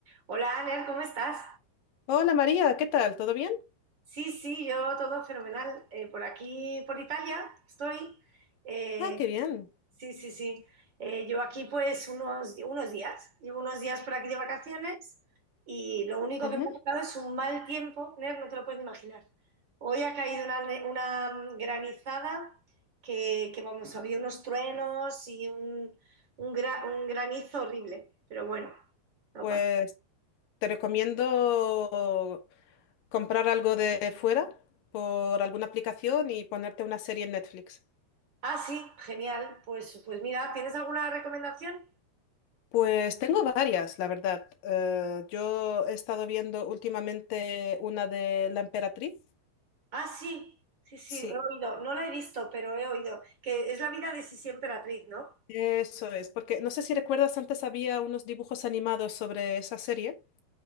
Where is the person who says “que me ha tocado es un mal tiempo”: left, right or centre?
Right